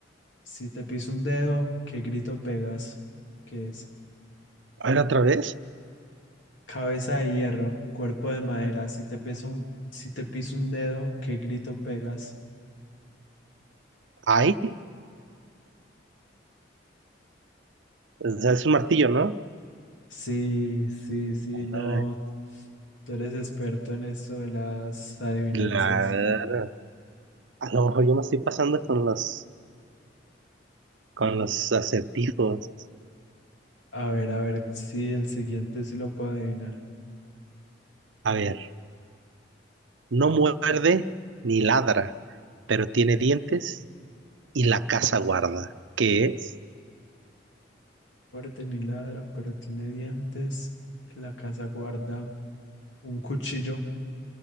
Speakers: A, on the left; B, on the right.
A: Si te piso un dedo, ¿qué grito pegas? ¿Qué es?
B: A ver, otra vez.
A: Cabeza de hierro, cuerpo de madera. Si te piso un, si te piso un dedo, ¿qué grito pegas?
B: Ay, o sea, es un martillo, ¿no?
A: Sí, sí, sí,
B: Ay,
A: no. Tú eres experto en esto de las adivinanzas.
B: Claro. A lo mejor yo me estoy pasando con los, con los acertijos.
A: A ver, a ver si el siguiente sí lo puedo adivinar.
B: A ver, no muerde ni ladra, pero tiene dientes y la casa guarda. ¿Qué es?
A: Muerde ni ladra, pero tiene dientes. En la casa guarda un cuchillo.